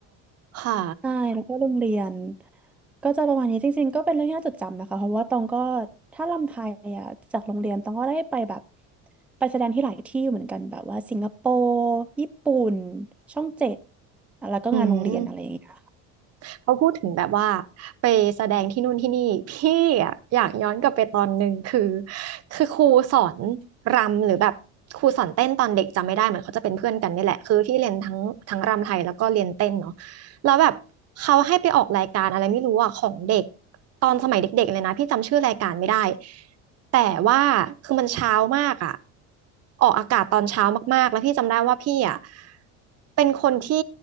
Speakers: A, on the right; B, in the centre.
A: ค่ะ
B: ใช่แล้วก็โรงเรียนก็จะประมาณนี้จริงๆก็เป็นเรื่องที่น่าจดจำนะคะเพราะว่าตองก็ถ้าลำไทยอ่ะจากโรงเรียนตองก็ได้ไปแบบไปแสดงที่หลายที่เหมือนกันแบบว่าสิงคโปร์ญี่ปุ่นช่องเจ็ดแล้วก็งานโรงเรียนอะไรอย่างเงี้ยค่ะ
A: อืม เขาพูดถึงแบบว่าไปแสดงที่นู่นที่นี่พี่อะอยากย้อนกลับไปตอนหนึ่งคือคือครูสอนรำหรือแบบครูสอนเต้นตอนเด็กจำไม่ได้เหมือนเขาจะเป็นเพื่อนกันนี่แหละคือพี่เรียนทั้งทั้งรำไทยแล้วก็เรียนเต้นเนาะแล้วแบบเขาให้ไปออกรายการอะไรไม่รู้อ่ะของเด็กตอนสมัยเด็กๆเลยนะพี่จำชื่อรายการไม่ได้แต่ว่าคือมันเช้ามากอ่ะออกอากาศตอนเช้ามากๆแล้วพี่จำได้ว่าพี่อ่ะเป็นคนที่